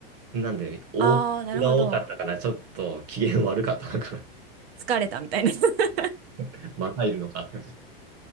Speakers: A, on the right; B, on the right.
A: なんで、多が多かったから、
B: ああ、なるほど。
A: ちょっと機嫌悪かったのかな。
B: 疲れたみたいな。<laughs>
A: <laughs> またいるのかって。